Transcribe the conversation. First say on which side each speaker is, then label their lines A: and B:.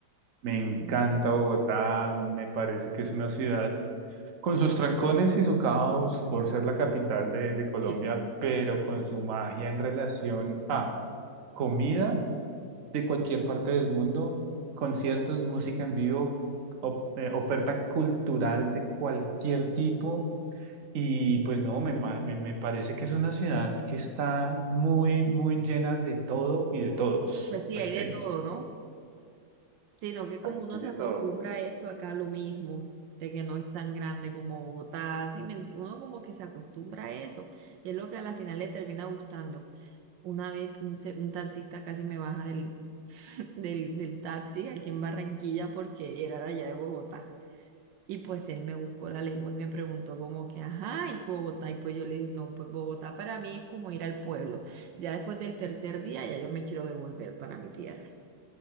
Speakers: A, on the right; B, on the right.
A: Me encanta
B: Mm,
A: Bogotá, me parece que es una ciudad con sus trancones y su caos por ser la capital de, de Colombia,
B: Sí.
A: pero con su magia en relación a comida de cualquier parte del mundo, conciertos, música en vivo, o- eh, oferta cultural de cualquier tipo. Y pues no, me, ma- me, me parece que es una ciudad que está muy, muy llena de todo y de todos.
B: Pues sí,
A: Aquí
B: hay de
A: hay,
B: todo, ¿no? Sino que como
A: aquí
B: uno
A: hay
B: se
A: de
B: acostumbra
A: todo.
B: a esto acá lo mismo, de que no es tan grande como Bogotá, sí, me enti- uno como que se acostumbra a eso, y es lo que a la final le termina gustando. Una vez un, se- un taxista casi me baja del, del, del taxi aquí en Barranquilla porque era de allá de Bogotá. Y pues él me buscó la lengua y me preguntó como que, ajá, y Bogotá. Y pues yo le dije, no, pues Bogotá para mí es como ir al pueblo. Ya después del tercer día, ya yo me quiero devolver para mi tierra.